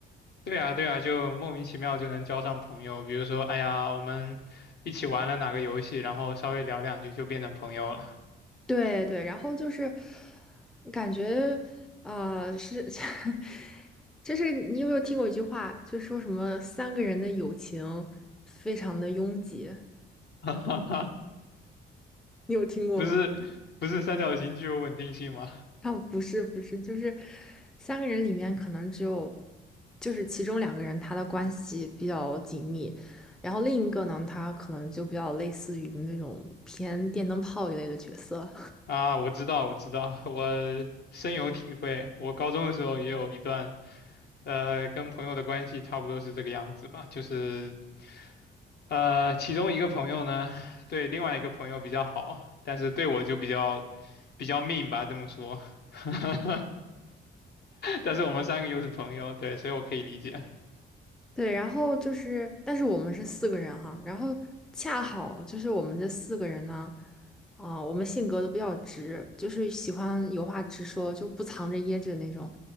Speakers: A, on the left (about 55°); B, in the centre.
A: 对啊，对啊，就莫名其妙就能交上朋友。比如说，哎呀，我们一起玩了哪个游戏，然后稍微聊两句就变成朋友了。
B: 对对，然后就是感觉啊、呃是，<laughs> 就是你有没有听过一句话，就说什么三个人的友情非常的拥挤，
A: <laughs>
B: 你有听过吗？
A: 不是，
B: <laughs>
A: 不是三角形具有稳定性吗？
B: 啊，不是不是，就是三个人里面可能只有，就是其中两个人他的关系比较紧密，然后另一个呢，他可能就比较类似于那种偏电灯泡一类的角色。
A: 啊，我知道，我知道，我深有体会。我高中的时候也有一段呃，跟朋友的关系差不多是这个样子吧，就是呃，其中一个朋友呢，对另外一个朋友比较好，但是对我就比较比较 mean 吧，这么说。<laughs> 但是我们三个又是朋友，对，所以我可以理解。
B: 对，然后就是，但是我们是四个人哈，然后恰好就是我们这四个人呢，啊、我们性格都比较直，就是喜欢有话直说，就不藏着掖着那种，